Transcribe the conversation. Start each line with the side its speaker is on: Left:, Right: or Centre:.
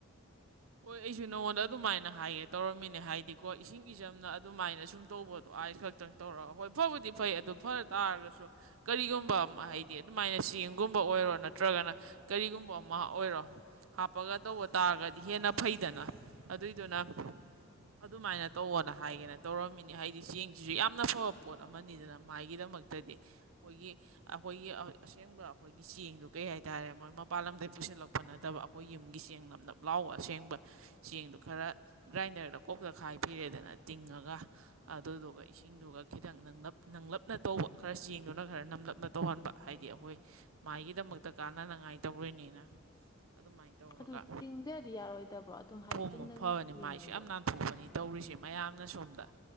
Right: ꯍꯣꯏ ꯑꯩꯁꯨ ꯅꯉꯣꯟꯗ ꯑꯗꯨꯃꯥꯏꯅ ꯍꯥꯏꯒꯦ ꯇꯧꯔꯝꯃꯤꯅꯦ ꯍꯥꯏꯗꯤꯀꯣ ꯏꯁꯤꯡ ꯏꯆꯝꯅ ꯑꯗꯨꯃꯥꯏꯅ ꯁꯨꯝ ꯇꯧꯕꯗꯣ ꯑꯥꯏꯁ ꯈꯛꯇꯪ ꯇꯧꯔꯒ ꯍꯣꯏ ꯐꯕꯨꯗꯤ ꯐꯩ ꯑꯗꯨ ꯐ ꯇꯥꯔꯒꯁꯨ ꯀꯔꯤꯒꯨꯝꯕ ꯍꯥꯏꯗꯤ ꯑꯗꯨꯃꯥꯏꯅ ꯁꯤ ꯆꯦꯡꯒꯨꯝꯕ ꯑꯣꯏꯔꯣ ꯅꯠꯇ꯭ꯔꯒꯅ ꯀꯔꯤꯒꯨꯝꯕ ꯑꯃ ꯑꯣꯏꯔꯣ ꯍꯥꯞꯄꯒ ꯇꯧꯕ ꯇꯥꯔꯒꯗꯤ ꯍꯦꯟꯅ ꯐꯩꯗꯅ ꯑꯗꯨꯏꯗꯨꯅ ꯑꯗꯨꯃꯥꯏꯅ ꯇꯧꯋꯣꯅ ꯍꯥꯏꯒꯦꯅ ꯇꯧꯔꯝꯃꯤꯅꯤ ꯍꯥꯏꯗꯤ ꯆꯦꯡꯁꯤꯁꯨ ꯌꯥꯝꯅ ꯐꯕ ꯄꯣꯠ ꯑꯃꯅꯤꯗꯅ ꯃꯥꯏꯒꯤꯗꯃꯛ ꯃꯛꯇꯗꯤ ꯑꯩꯈꯣꯏꯒꯤ ꯑꯩꯈꯣꯏꯒꯤ ꯑꯁꯦꯡꯕ ꯑꯩꯈꯣꯏꯒꯤ ꯆꯦꯡꯗꯣ ꯀꯩ ꯍꯥꯏꯇꯥꯔꯦ ꯃꯣꯏ ꯃꯄꯥꯟ ꯂꯝꯗꯒꯤ ꯄꯨꯁꯤꯜꯂꯛꯄ ꯅꯠꯇꯕ ꯑꯩꯈꯣꯏ ꯌꯨꯝꯒꯤ ꯆꯦꯡ ꯅꯞꯅꯞ ꯂꯥꯎꯕ ꯑꯁꯦꯡꯕ ꯆꯦꯡꯗꯨ ꯈꯔ ꯒ꯭ꯔꯥꯏꯟꯗꯔꯗ ꯀꯣꯛ ꯇꯈꯥꯏꯕꯤꯔꯦꯗꯅ ꯇꯤꯡꯉꯒ ꯑꯗꯨꯗꯨꯒ ꯏꯁꯤꯡꯗꯨꯒ ꯈꯤꯇꯪ ꯅꯞ ꯅꯪꯂꯞꯅ ꯇꯧꯕ ꯈꯔ ꯆꯦꯡꯗꯨꯅ ꯈꯔ ꯅꯝꯂꯞꯅ ꯇꯧꯍꯟꯕ ꯍꯥꯏ ꯍꯥꯏꯗꯤ ꯑꯩꯈꯣꯏ ꯃꯥꯥꯏꯒꯤꯗꯃꯛꯇ ꯀꯥꯟꯅꯅꯉꯥꯏ ꯇꯧꯔꯣꯏꯅꯤꯅ ꯑꯗꯨꯃꯥꯏꯅ ꯇꯧꯔꯒ
Left: ꯑꯗꯨ ꯇꯤꯡꯗ꯭ꯔꯗꯤ ꯌꯥꯔꯣꯏꯗꯕ꯭ꯔꯣ ꯑꯗꯨꯝ ꯍꯥꯏꯗꯤ
Right: ꯊꯣꯃ
Left: ꯆꯨꯝꯅꯒꯤ
Right: ꯐꯔꯅꯤ
Left: ꯆꯦꯡꯗꯣ
Right: ꯃꯥꯏꯁꯨ ꯌꯥꯝ ꯅꯥꯟꯊꯣꯛꯄꯅꯤ ꯑꯩ ꯇꯧꯔꯤꯁꯦ ꯃꯌꯥꯝꯅ ꯁꯣꯝꯗ